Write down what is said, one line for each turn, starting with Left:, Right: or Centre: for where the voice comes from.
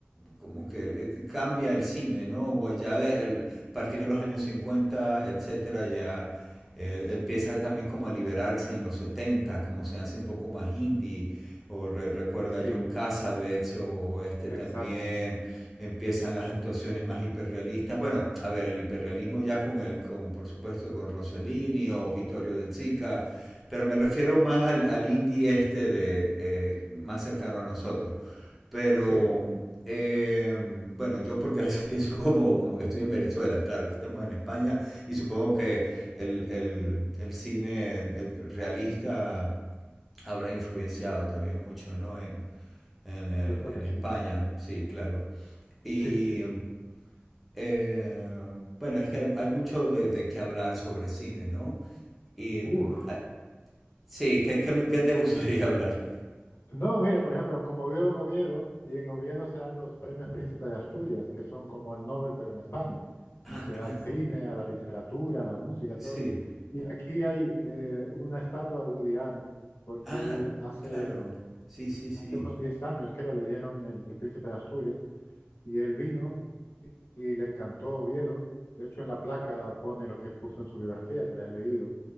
Centre: como que eh, cambia el cine, ¿no? O Ya de, el- a partir de los años cincuenta etcétera, ya eh, empieza también como a liberarse en los setenta como se hace un poco más indie, o re- recuerda
Left: sí,
Centre: a John Cassavetes, o este
Left: exacto.
Centre: también, empiezan las actuaciones más hiperrealistas. Bueno, a ver, el hiperrealismo ya con el, con, por supuesto, con Rossellini o Vittorio de Sica, pero me refiero más al, al indie este de eh, más cercano a nosotros. Pero
Left: Sí,
Centre: eh, bueno, yo porque a veces <laughs> pienso como, como que estoy en Venezuela, claro, que estamos en España y supongo que el, el, el cine el realista habrá influenciado también mucho, ¿no? En, en,
Left: yo creo
Centre: en
Left: que
Centre: España,
Left: sí.
Centre: sí, claro. Y
Left: Sí, sí.
Centre: em, eh, bueno, es que hay, hay mucho de, de qué hablar sobre cine, ¿no? Y
Left: Uf.
Centre: mm, ah, sí, ¿qué, qué me- qué te <laughs> gustaría hablar?
Left: No, mira, por ejemplo, como vivo en Oviedo, y en Oviedo se dan los premios Príncipe de Asturias, que son como el Nobel, pero en España.
Centre: Ah,
Left: Eh, se
Centre: claro,
Left: da al cine, a la literatura, a la música, todo.
Centre: sí.
Left: Y aquí hay eh, una estatua de Woody Allen, porque
Centre: Ah,
Left: él hace,
Centre: claro, sí, sí, sí.
Left: hace unos 10 años, creo, le dieron el, el Príncipe de Asturias, y él vino y, y le encantó Oviedo. De hecho, en la placa pone lo que él puso en su biografía, que la he leído,